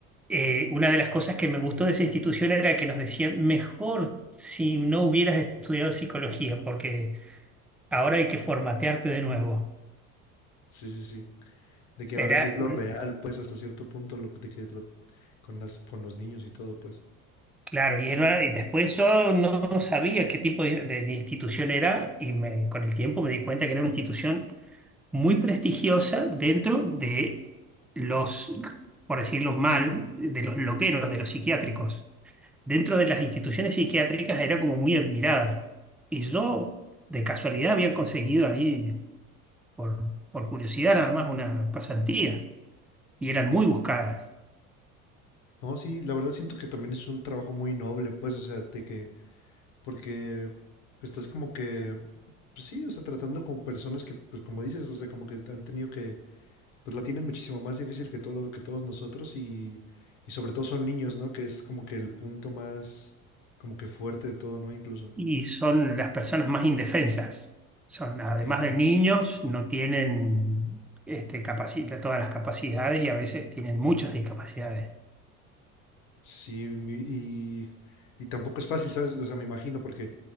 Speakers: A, in the centre; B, on the left (about 60°).
A: Eh, una de las cosas que me gustó de esa institución era que nos decían, mejor si no hubieras estudiado psicología, porque ahora hay que formatearte de nuevo.
B: Sí, sí, sí. De que ahora
A: Era
B: sí es lo
A: un-
B: real, pues, hasta cierto punto, lo, de que lo, con las, con los niños y todo, pues.
A: Claro, y, era- y después yo no sabía qué tipo de, de institución era y me, con el tiempo me di cuenta que era una institución muy prestigiosa dentro de los, por decirlo mal, de los loqueros, de los psiquiátricos. Dentro de las instituciones psiquiátricas era como muy admirada. Y yo, de casualidad, había conseguido ahí, por, por curiosidad nada más, una pasantía. Y eran muy
B: Oh.
A: buscadas.
B: No, sí, la verdad siento que también es un trabajo muy noble, pues, o sea, de que, porque pues, estás como que, pues sí, o sea, tratando con personas que, pues como dices, o sea, como que han tenido que, pues la tienen muchísimo más difícil que todo lo- que todos nosotros y, y sobre todo son niños, ¿no? Que es como que el punto más, como que fuerte de todo, ¿no? Incluso.
A: Y son las personas más indefensas. Son, además
B: Sí,
A: de niños, no tienen este, capaci- todas las capacidades y a veces tienen muchas discapacidades.
B: sí, mi- y, y tampoco es fácil, ¿sabes? O sea, me imagino, porque